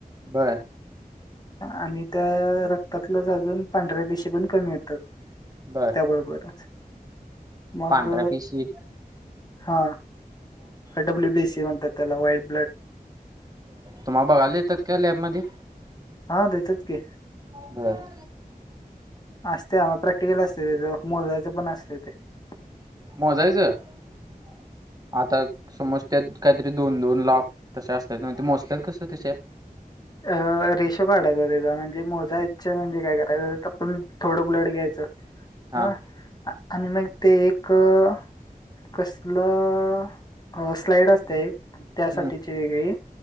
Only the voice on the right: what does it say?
बर
बर
पांढऱ्या पिशी
तुम्हा बघायला देत्यात काय लॅब मध्ये?
बर, <inaudible>
मोजायचं <inaudible> आता समज त्यात, काहीतरी दोन दोन लाख <inaudible> तसे असतात बग ते मोजतत कसं तशा, <inaudible>
हा
हम्म